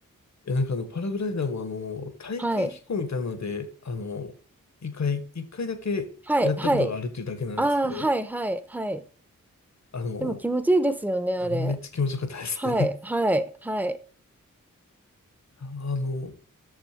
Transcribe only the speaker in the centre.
<laughs> はい。
はい、はい。ああ、はい、はい、はい。
でも気持ちいいですよね、あれ。
はい、はい、はい、